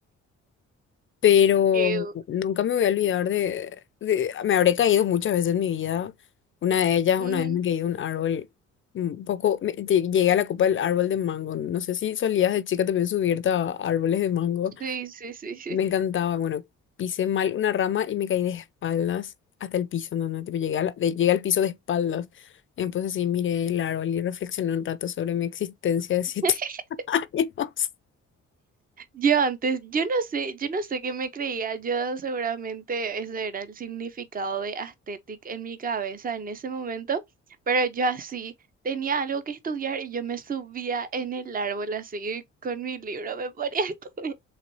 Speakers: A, on the left (about 40°); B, on the right (about 30°).
A: pero
B: Qué u-
A: nunca me voy a olvidar de, de- Me habré caído muchas veces en mi vida. Una de ellas,
B: Ujú.
A: una vez me caí de un árbol, un poco, me- lle- llegué a la copa del árbol de mango. No sé si solías de chica también subirte a árboles de mango.
B: Sí, sí, sí, sí.
A: Me encantaba, bueno, pisé mal una rama y me caí de espaldas hasta el piso, no, no, tipo, llegué, a la- de- llegué al piso de espaldas. Entonces sí, miré el árbol y reflexioné un rato sobre mi existencia de siete
B: <laughs>
A: <laughs> años.
B: Yo antes, yo no sé, yo no sé qué me creía. Yo seguramente ese era el significado de aesthetic en mi cabeza en ese momento, pero yo así tenía algo que estudiar y yo me subía en el árbol así con mi libro, me ponía a estudiar.